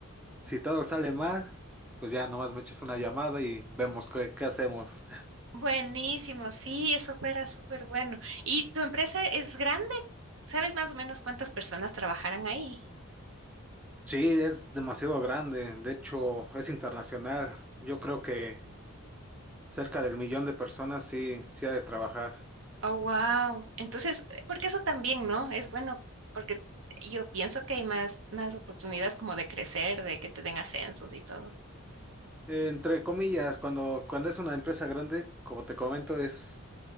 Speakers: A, in the centre; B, on the right.
A: si todo sale mal, pues ya nomás me echas una llamada y vemos qué, qué hacemos.
B: Buenísimo, sí, eso fuera súper bueno. ¿Y tu empresa es grande? ¿Sabes más o menos cuántas personas trabajarán ahí?
A: Sí, es demasiado grande. De hecho, es internacional. Yo creo que... Cerca del millón de personas sí, sí ha de trabajar.
B: Oh, wow. Entonces, eh, porque eso también, ¿no? Es bueno, porque yo pienso que hay más, más oportunidad como de crecer, de que te den ascensos y todo.
A: Eh, entre comillas, cuando, cuando es una empresa grande, como te comento, es,